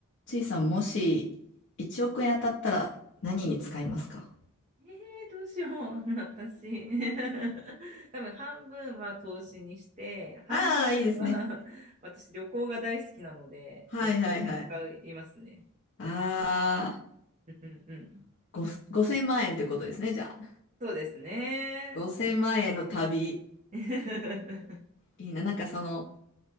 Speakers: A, on the left; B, on the right.
A: ちいさん、もし1億円当たったら何に使いますか
B: ええどうしよう、<laughs> 私。<laughs> 多分半分は投資にして、半分は
A: ああー、いいですね。
B: <laughs> 私旅行が大好きなので、
A: はいはいはい。
B: 旅行に使いますね。
A: ああ、
B: うんうんうん。
A: ご、5000万円ってことですね、じゃあ。
B: そうですね。
A: 5000万円の旅。
B: <laughs>
A: いいな。なんかその、